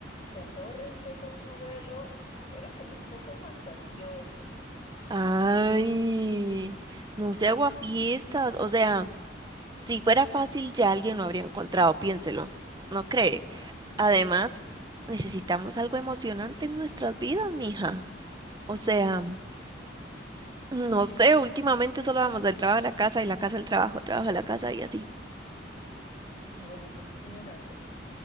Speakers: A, on the left (about 40°); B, on the right (about 25°).
A: con todo respeto a su abuelo, era como un poco fantasioso.
B: Ay, no se hago a fiestas. O sea, si fuera fácil ya alguien lo habría encontrado, piénselo. ¿No cree?
A: Mm,
B: Además,
A: sí,
B: necesitamos algo emocionante en nuestras vidas, mija. O sea, no sé, últimamente solo vamos del trabajo a la casa y la casa al trabajo, trabajo a la casa y así.
A: bueno, en eso tiene razón.